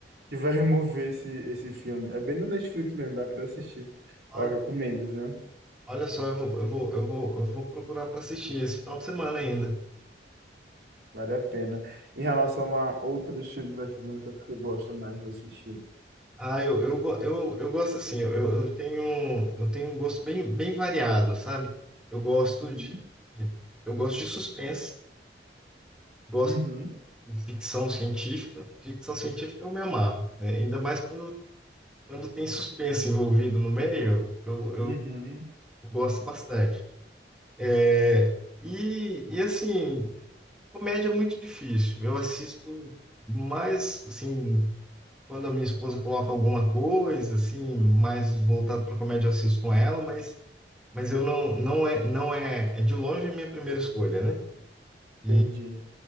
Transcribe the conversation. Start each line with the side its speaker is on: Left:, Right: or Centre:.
Right: que vai <laughs> remover esse, esse filme. É bem no Netflix mesmo, dá pra assistir.
Centre: Olha,
Right: Ó, eu recomendo, viu?
Centre: olha só, eu vou, eu vou, eu vou, eu vou procurar para assistir esse final de semana ainda.
Right: Vale a pena. Em relação a outros filmes brasileiros que você gosta mais de assistir.
Centre: Ah, eu, eu, go- eu, eu gosto assim, eu, eu tenho, eu tenho um gosto bem, bem variado, sabe? Eu gosto
Right: Uhum.
Centre: de, eu gosto de suspense, gosto
Right: Uhum,
Centre: de ficção científica. Ficção científica eu me amarro, né? Ainda mais quando, quando tem suspense envolvido no meio, eu
Right: uhum,
Centre: gosto bastante. É, e, e assim, comédia é muito difícil. Eu assisto mais, assim, quando a minha esposa coloca alguma coisa, assim, mais voltado para comédia, eu assisto com ela, mas mas eu não, não é, não é, é de longe a minha primeira escolha, né? E,
Right: entendi.